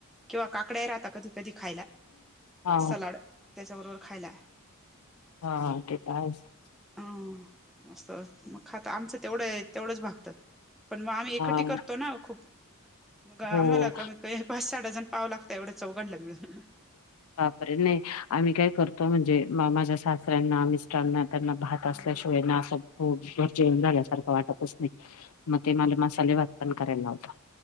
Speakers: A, in the centre; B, on the left.
A: किंवा काकड्यां राहतां कधीं कधीं खांयला
B: हा
A: सलांड त्यांच्याबरोबर खांयला
B: हां तेतरं आहेचं
A: हं मस्तं मंग खातं आमचं तेवढं आहे तेवढंच भागतं पणं मंग आम्हीं
B: हा
A: एकटी करतो नां खूंप मगं आम्हांला
B: हो
A: कमीत कमी पांच साह. डजणं पाव लागतो तेवढं चौघां लागतं मिळालं
B: वापरे नाहीं आम्हीं कायं करतो म्हणजे माझ्या सासऱ्यांना मिस्टरांना त्यांना भात असल्यांशिवाय
A: ह ह
B: नां असं हो घरं जेवणं झाल्यांसारखं वाटतंच नाहीं मंग ते मलां मसाले भातं पणं करांयला लावतांत